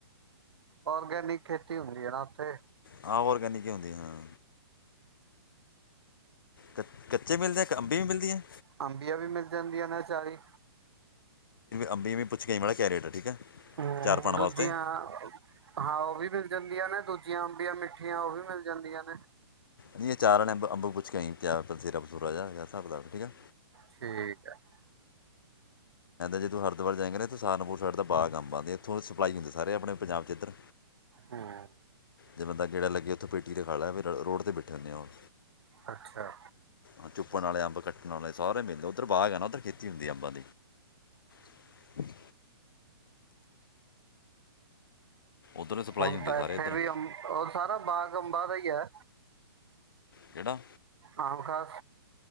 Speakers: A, on the right; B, on the left.
A: ਔਰਗੈਨਿਕ ਖੇਤੀ ਹੁੰਦੀ ਹੈ ਨਾ ਉੱਥੇ
B: ਆ ਔਰਗੈਨਿਕ ਹੀ ਹੁੰਦੀਆਂ ਹਾਂ। ਕੱਚ- ਕੱਚੇ ਮਿਲਦੇ ਆ ਕਿ ਅੰਬੀ ਵੀ ਮਿਲਦੀ ਹੈ
A: ਅੰਬੀਆਂ ਵੀ ਮਿਲ ਜਾਂਦੀਆਂ ਨਾ ਆਚਾਰੀ।
B: ਅੰਬੀ ਵੀ ਪੁੱਛ ਕੇ ਆਈ ਮਾੜਅ ਜਿਆ ਕਿਆ ਰੇਟ ਹੈ। ਠੀਕ ਹੈ।
A: ਹਾਂ
B: ਚਾਰ ਪਾਣ
A: ਦੂਜੀਆਂ
B: ਵਾਸਤੇ
A: ਹਾਂ ਉਹ ਵੀ ਅੰਬੀਆਂ ਨੇ ਦੂਜੀਆਂ ਆੰਬੀਆਂ ਮਿੱਠੀਆਂ। ਉਹ ਵੀ ਮਿਲ ਜਾਂਦੀਆਂ ਨੇ
B: ਨਹੀਂ ਇਹ ਆਚਾਰ ਦੇ ਅੰਬ ਪੁੱਛ ਕੇ ਆਈ ਸਿਰਫ- ਹਿਸਾਬ ਕਿਤਾਬ ਠੀਕ ਹੈ।
A: ਠੀਕ ਹੈ
B: ਜਦੋਂ ਹਰਿਦੁਆਰ ਜਾਏਗਾ ਨਾ ਸਹਾਰਨਪੁਰ ਸਾਈਡ ਤੇ ਬਾਗ ਅੰਬਾ ਦੇ ਉੱਥੋਂ ਸਪਲਾਈ ਹੁੰਦੀ ਸਾਰੇ ਆਪਣੇ ਪੰਜਾਬ ' ਇੱਧਰ
A: ਹਾਂ
B: ਜੇ ਬੰਦਾ ਗੇੜਾ ਲੱਗੇ ਉੱਥੇ ਪੇਟੀ ਰਖਵਾਲੈ ਰੋਡ ਰਾਸਤੇ ਵਿੱਚ ਆਬੈਠੇ ਹੁੰਦੇ
A: ਅੱਛਾ
B: ਆ ਚੁੱਪਣ ਵਾਲੇ ਅੰਬ ਕੱਠੇ ਸਾਰੇ ਮਿਲਦੇ ਉਧਰ ਬਾਗ ਆ, ਉੱਧਰ ਖੇ ਖੇਤ ਹੁੰਦੀ ਆਬ। <inaudible> ਉੱਧਰ ਸਪਲਾਈ
A: ਹੁਣ
B: ਹੁੰਦੀ
A: ਤਾਂ
B: ਸਾਰੇ
A: ਇੱਥੇ
B: ਇੱਧਰ
A: ਵੀ ਸਾਰਾ ਬਾਗ ਅੰਬਾ ਦਾ ਹੀ ਹੈ।
B: ਕਿਹੜਾ-
A: ਆਮ ਖਾਸ